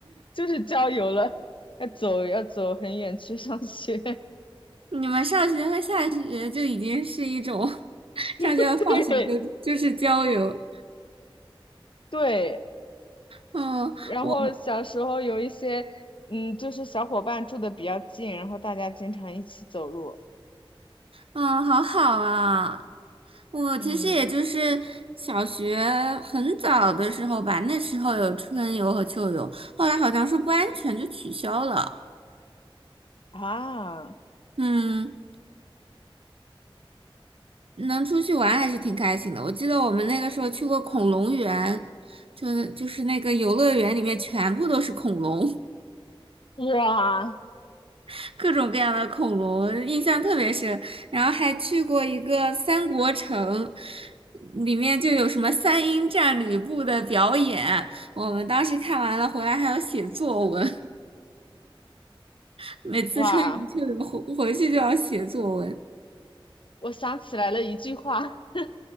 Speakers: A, on the left; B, on the right.
A: 就是郊游了，要走要走很远去上学，
B: 你们上学和下学就已经是一种，<laughs> 上学和放学就就是郊游。
A: <laughs> 对对。
B: 嗯，
A: 然后小时候有一些，
B: 我
A: 嗯，就是小伙伴住的比较近，然后大家经常一起走路。
B: 嗯，好好啊。我其实也就是小学很早的时候吧，
A: 嗯
B: 那时候有春游和秋游，后来好像说不安全就取消了。
A: 啊，
B: 嗯。能出去玩还是挺开心的。我记得我们那个时候去过恐龙园，就就是那个游乐园里面全部都是恐龙，
A: 哇
B: <laughs> 各种各样的恐龙，印象特别深。然后还去过一个三国城，里面就有什么三英战吕布的表演，我们当时看完了回来还要写作文，<laughs> 每次春游去了回回去就要写作文，
A: 哇，我想起来了一句话，<laughs>